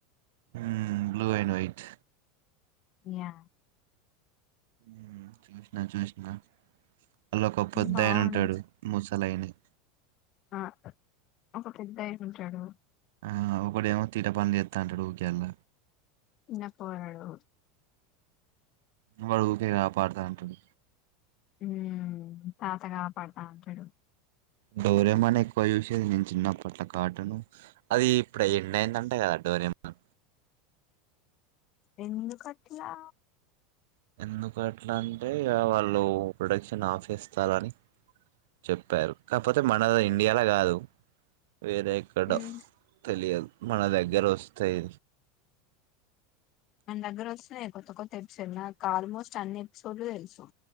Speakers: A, on the right; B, on the left.
A: ఉమ్ బ్లూ అండ్ వైట్
B: యా
A: ఉమ్ చూసిన చూసిన ఆళ్లకి ఒక పెద్దాయన
B: బాగుం
A: ఉంటాడు ము <unintelligible>
B: ఆ ఒక పెద్ద ఆయన ఉంటాడు
A: ఆ ఒకడేమో తీటపని చేస్తా అంటాడు ఊకె ఆళ్ల
B: చిన్న పోరడు
A: వాడు ఊరికే కాపాడుతాంటడు
B: ఉమ్ తాత గాపాడతంటడు
A: డోరేమాని ఎక్కువ చూసేది నేను చిన్నప్పట్ల కార్టూన్ అది ఇప్పుడు ఎండ్ అయిందంట కదా డోరేమాన్
B: ఎందుకట్లా
A: ఎందుకు అట్లా అంటే వాళ్ళు ప్రొడక్షన్ ఆఫ్ ఇస్తారుని చెప్పారు కాకపోతే మనది ఇండియాలో కాదు వేరే ఎక్కడో
B: ఉమ్
A: తెలియదు మన దగ్గర వస్తాయి
B: మన దగ్గర వస్తున్నాయి కొత్త కొత్త ఎపిసోడ్ నాకు ఆల్మోస్ట్ అన్ని ఎపిసోడ్లు తెలుసు